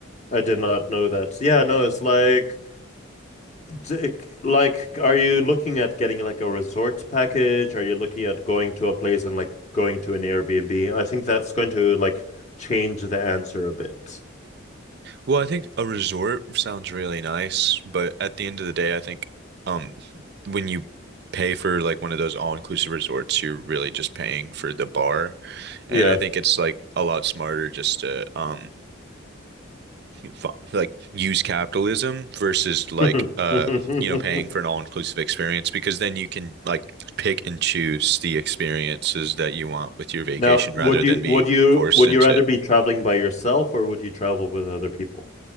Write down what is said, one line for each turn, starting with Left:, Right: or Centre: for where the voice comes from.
Left: I did not know that. So, Yeah, no, it's like, d- like, are you looking at getting like a resort package? Are you looking at going to a place and like going to an Airbnb? I think that's going to like change the answer a bit.
Right: Well, I think a resort sounds really nice, but at the end of the day, I think um when you pay for like one of those all-inclusive resorts, you're really just paying for the bar. And
Left: Yeah.
Right: I think it's like a lot smarter just to um f like use capitalism versus like
Left: <laughs>
Right: uh you know paying for an all-inclusive experience because then you can like pick and choose the experiences that you want with your vacation
Left: Now,
Right: rather
Left: would
Right: than
Left: you
Right: being
Left: would you
Right: forced
Left: would
Right: into
Left: you rather be traveling by yourself or would you travel with other people?